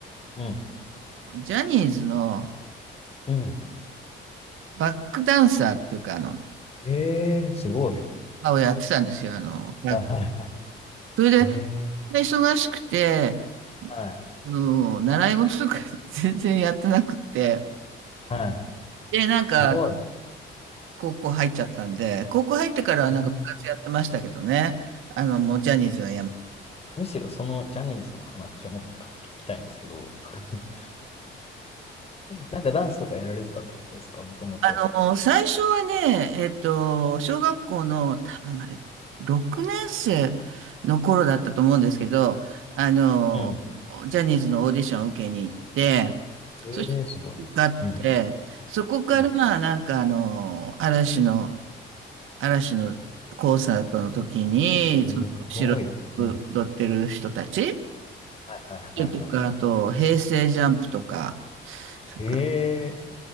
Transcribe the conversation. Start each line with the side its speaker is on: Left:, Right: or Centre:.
Left: うん。
Right: ジャニーズの
Left: うん。
Right: バックダンサーっていうか、あの、
Left: ええー、すごい。
Right: あをやってたんですよ。あの、や
Left: はいはいはい。
Right: それで、
Left: ええー、
Right: 忙しくて、
Left: はい。
Right: あの、習い事とか <laughs> 全然やってなくて、
Left: はい。
Right: で、なんか、
Left: すごい。
Right: 高校入っちゃったんで、高校入ってからはなんか部活やってましたけどね。
Left: えー、
Right: あの、もうジャニーズはやめ
Left: むしろそのジャニーズの話をもっとか聞きたいんですけど、<laughs> なんかダンスとかやられてたってことですか、もともと。
Right: あの、最初はね、えっと、小学校の多分あれ、6年生の頃だったと思うんですけど、あの、
Left: うん
Right: ジャニーズのオーディションを受けに行って、
Left: ええすごい。
Right: そして受かって、
Left: うん。
Right: そこからなんかあの、
Left: うん。
Right: 嵐の、嵐のコンサートの時に、
Left: すごい。
Right: その後ろに踊ってる人たち
Left: うん。はいはいはいはい。
Right: とか、あと、平成ジャンプとか、それから
Left: ええ